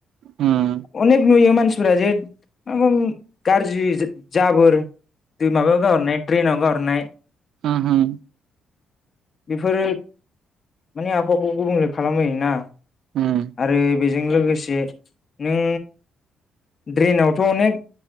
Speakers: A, on the right (about 75°); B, on the left (about 40°).
A: उम।
B: अनेक नुयो मानसिफोरा जे <unintelligible> गाज्रि जाबोर <unintelligible> ड्रेनाव गाहरनाय
A: होम हम
B: बेफोरो माने आबहावाखौ गुबुंले खालामहोयो ना
A: उम,
B: आरो बेजों लोगोसे नों ड्रेनावथ' अनेक